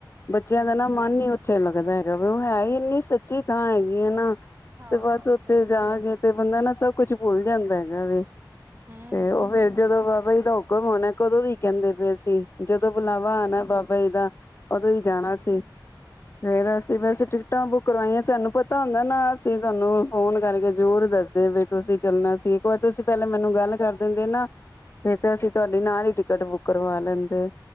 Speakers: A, on the left; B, on the right.
A: ਬੱਚਿਆਂ
B: ਹੂੰ
A: ਦਾ ਨਾ ਮਨ
B: ਹੂੰ
A: ਹੀ ਉੱਥੇ ਲੱਗਦਾ ਹੈ। ਉਹ ਹੈ ਹੀ ਇੰਨੀ ਸੱਚੀ ਥਾਂ ਹੈਗੀ ਹੈ ਨਾ,
B: ਹਾਂ
A: ਤੇ ਬਸ
B: ਉਹ
A: ਉੱਥੇ
B: ਤੇ
A: ਜਾ ਕੇ, ਬੰਦਾ ਨਾ ਸਭ ਕੁਛ ਭੁੱਲ ਜਾਂਦਾ ਹੈਗਾ ਵੇ
B: ਹੂੰ,
A: ਤੇ ਉਹ ਫੇਰ ਜਦੋਂ ਬਾਬਾ <unintelligible> ਮਨ ਏ ਕਦੋਂ ਦੇ ਈ ਕਹਿੰਦੇ ਪਏ ਸੀ ਜਦੋਂ ਬੁਲਾਵਾ ਆਣਾ ਬਾਬਾ ਜੀ ਦਾ ਉਦੋਂ ਹੀ ਜਾਣਾ
B: ਉਹ ਤੇ
A: ਸੀ
B: ਹੈ।
A: ਫੇਰ ਅਸੀਂ ਵੈਸੇ ਟਿਕਟਾਂ ਬੁੱਕ ਕਰਵਾਈਆਂ ਸਾਨੂੰ ਪਤਾ ਹੁੰਦਾ ਨਾ ਅਸੀਂ ਤੁਹਾਨੂੰ ਫੋਨ ਕਰਕੇ ਹੋਰ ਦੱਸਦੇ ਪਏ ਤੁਸੀਂ ਚੱਲਣਾ ਸੀ ਤੁਸੀਂ ਪਹਿਲੇ ਮੈਨੂੰ ਗੱਲ ਕਰ ਦਿੰਦੇ ਨਾ ਫਿਰ ਤੇ ਅਸੀਂ ਤੁਹਾਡੀ ਨਾਲ ਹੀ ਟਿਕਟ ਬੁੱਕ ਕਰਵਾ ਲੈਂਦੇ